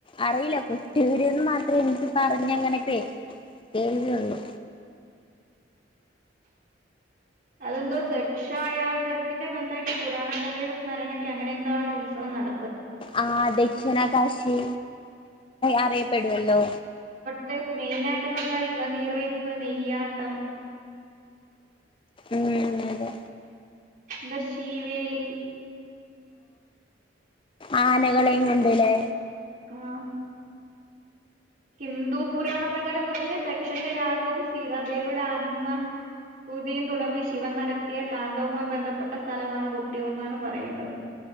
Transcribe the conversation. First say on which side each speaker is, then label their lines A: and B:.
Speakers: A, on the left; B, on the right.
A: അറിയില്ല കൊട്ടിയൂരൂന്ന് മാത്രേ എനിക്ക് പറഞ്ഞ് അങ്ങനെ കേട്ട് കേൾവിയുള്ളു
B: അതെന്തോ ദക്ഷായാഗത്തിന്റെ ബന്ധമായിട്ട് പുരാണ കഥയുടെ സ്മരണക്ക് അങ്ങനെ എന്തോ ആണ് ഉത്സവം നട
A: ആ ദക്ഷിണ കാശി അറിയപ്പെടുവല്ലോ
B: ട്ട് മെയിൻ ആയിട്ടെന്നുള്ള ഇളനീർവെയ്പ്പ് നെയ്യാട്ടം
A: ഉം അതെ
B: എന്ത്‌ ശീവേലി
A: ആനെ കളെയും കൊണ്ടോയിലെ
B: ആഹ് ഹിന്ദു പുരാണ പ്രകാരം പറയുന്നത് ദക്ഷന്റെ യാഗവും സീതാദേവിയുടെ ആത്മഭൂതിയും തുടർന്ന് ശിവൻ നടത്തിയ താണ്ഡവുമായി ബന്ധപ്പെട്ട സ്ഥലമാണ് കൊട്ടിയൂർന്നാണ് പറയുന്നത്